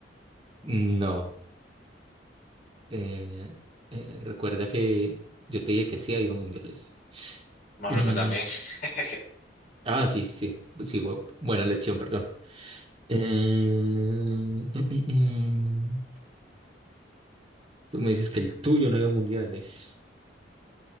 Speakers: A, on the right; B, on the left.
A: No. Eh, eh, recuerda que yo te dije que sí ha habido mundiales.
B: Marruecos
A: Mm,
B: también. <laughs>
A: ah, sí, sí. Sí, bu- buena lección, perdón. Eh, mm, mm, mm. Tú me dices que el tuyo no ha ido a mundiales.